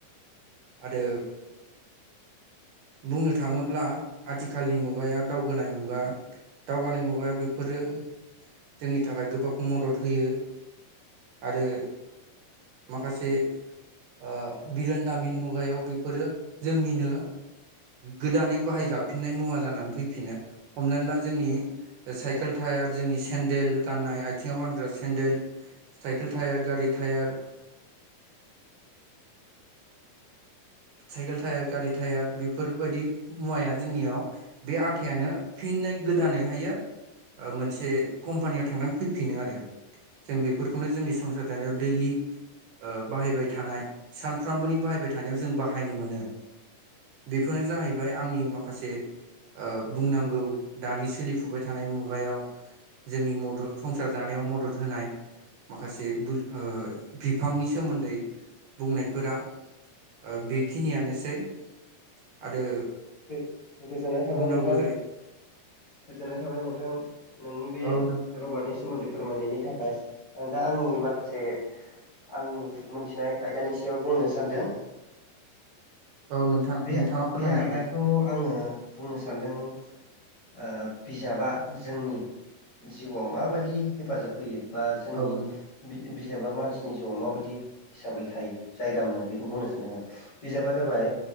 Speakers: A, on the right (about 75°); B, on the left (about 55°).
A: आरो बुंनो थांङोब्ला आथिखालनि मुगाया दावगोनाय मुगा दावगानाय मुगाया बेफोरो जोंनि थाखाय गोबां मदद होयो। आरो माखासे ओ बिरोनदामिन मुगायाव बेफोरो जोंनिनो गोदानै बाहाय जाफिननाय मुवा जानानै फैफिनो हमनानै ला जोंनि साइकेल टायार जोंनि सेेनदेल गाननाय आथिंआव गानग्रा सेन्देल साइकेल टायार गारि टायार साइकेल टायार गारि टायार बेफोरबायदि मुवाया जोंनियाव बे आथायानो फिन नै गोदानैहायो ओ मोनसे कम्पानियाव थांनानै फैफिनो आरो। जों बेफोरखौनो जोंनि संसार जानायाव दैलि ओ बाहायबाय थानाय सानफ्रोमबोनि बाहायबाय थानायाव जों बाहायनो मोनो। बेफोरनो जाहैबाय आंनि माखासे ओ बुंनांगौ दानि सोलिफुबाय थानाय मुगायाव जोंनि मदद संसार जानायाव मदद होनाय माखासे बुज ओ बिफांनि सोमोन्दै बुंनायफोरा ओ बेखिनियानोसै आरो
B: गो-गोजोननाय थाबाय
A: बुंनांगौ
B: नोंथां।
A: जायो
B: गोजोननाय थाबाय नोंथां नोंनि बे
A: औ नों
B: रबारनि सोमोन्दै फोरमायनायनि थाखाय आं दा आंनि माखासे आंनि मोनथिनाय आयदानि सायाव बुंनो सानदों
A: औ नोंथां
B: बे
A: नोंथाङा फोरमायनो
B: बे आयदाखौ
A: हागोन
B: आंङो बुंनो सानदों ओ बिजाबा जोंनि जिउआव माबायदि हेफाजाब होयो। बा जोंनि
A: औ नोंथां
B: बि-बिजाबा मानसि नि जिउआव माबायदि हिसाबै थायो जायगा मोनो बेखौ बुंनो सान्दों आंङो। बिजाबा जाबाय